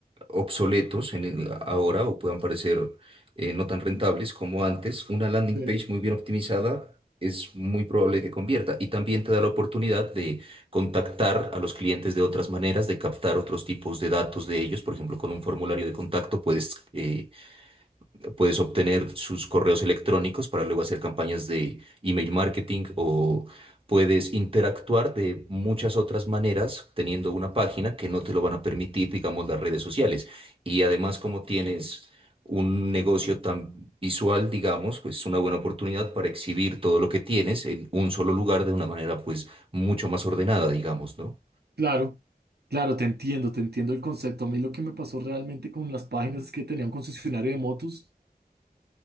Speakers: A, on the right; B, on the right.
A: obsoletos en el- ahora o puedan parecer eh, no tan rentables como antes, una landing
B: sí,
A: page muy bien optimizada es muy probable que convierta y también te da la oportunidad de contactar a los clientes de otras maneras, de captar otros tipos de datos de ellos, por ejemplo, con un formulario de contacto puedes... eh, Puedes obtener sus correos electrónicos para luego hacer campañas de email marketing o puedes interactuar de muchas otras maneras teniendo una página que no te lo van a permitir, digamos, las redes sociales. Y además, como tienes un negocio tan visual, digamos, pues es una buena oportunidad para exhibir todo lo que tienes en un solo lugar de una manera, pues, mucho más ordenada, digamos, ¿no?
B: claro, claro, te entiendo, te entiendo el concepto. A mí lo que me pasó realmente con las páginas es que tenía un concesionario de motos